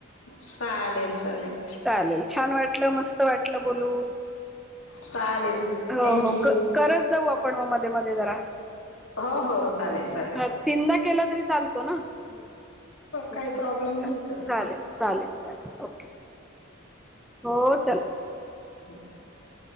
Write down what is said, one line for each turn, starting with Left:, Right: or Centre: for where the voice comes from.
Left: चालेल चालेल.
Centre: चालेल छान वाटलं मस्त वाटलं बोलून
Left: चालेल.
Centre: हो
Left: थँक
Centre: हो
Left: यू.
Centre: करत जाऊ आपण मध्ये मध्ये जरा
Left: हो, हो, हो. चालेल, चालेल.
Centre: हा तीनदा केला तरी चालतो ना हो
Left: काही प्रॉब्लेम नाही तसं.
Centre: चालेल चालेल चालेल ओके हो चला
Left: ब <inaudible>